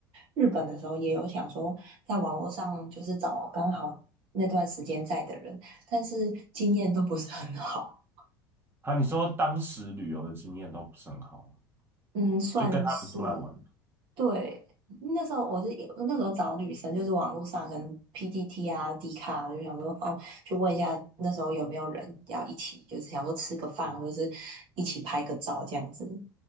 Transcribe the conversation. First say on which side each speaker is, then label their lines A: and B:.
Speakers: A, on the right; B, on the right.
A: 日本的时候也有想说，在网络上就是找刚好那段时间在的人，但是经验都不是很好。
B: 啊，你说当时旅游的经验都不是很好，
A: 嗯，算是
B: 就跟他们出来玩。
A: 对。那时候我是那时候找女生，就是网络上可能 PTT 啊、d 卡，就想说哦，就问一下那时候有没有人要一起，就是想说吃个饭或者是一起拍个照这样子。
B: 嗯